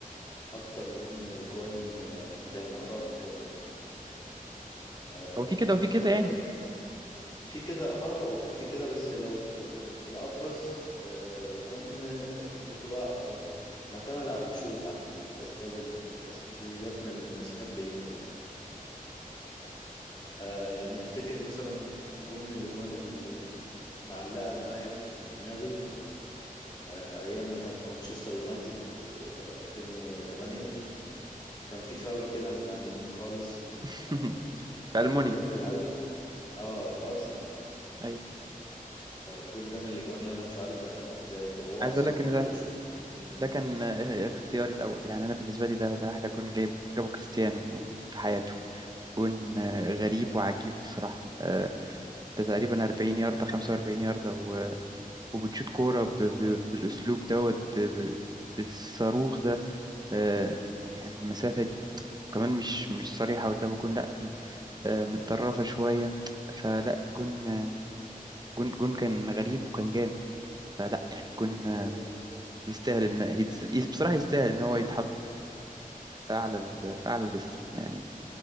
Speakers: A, on the left; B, on the right.
A: اكتر منه اجوان آه، فيها مهارات وكده يعني آه،
B: هو في كده وفي كده
A: فلو
B: يعني
A: تف- في كده اه وفي كده بس لو يعني الابرز آه، اجوان آه، بتبقى يعني معتمدة على الشوط على التسديدات التسديدات من المسافات بعيدة يعني آه، يعني افتكر مثلا جم من الاجوان اللي معلقة معايا في في دماغي آه، ايام ما كان في مانشستر يونايتد آه، 2008 كان في فاول كده من على اليمين خالص من
B: <laughs>
A: آه،
B: في
A: تقريبا
B: ألمونيا
A: جنب الاوت اه في ارسنال
B: أيوه
A: فالجول ده من الاجوان اللي انا مش عارف دخل ازاي او هو
B: عايز
A: اصلا
B: أقول لك
A: فكر
B: إن ده
A: يشوط الجون ازاي
B: ده كان آه، اختياري الأول يعني أنا بالنسبة لي ده ده أحلى جون جايب جابه كريستيانو في حياته جون آه، غريب وعجيب بصراحة آه، ده تقريبا 40 ياردة 45 ياردة و- وبتشوت كورة ب- ب- بالأسلوب دوت ب- ب- بالصاروخ ده آه، يعني من المسافة دي كمان مش مش صريحة قدام الجون لأ دي آه، متطرفة شوية فلا جون آه، جون جون كان غريب وكان جامد فلا يعني جون
A: بالظبط
B: آه، يستاهل إن يتس- يس- بصراحة يستاهل إن هو يتحط فأعلى ال- فأعلى الليست يعني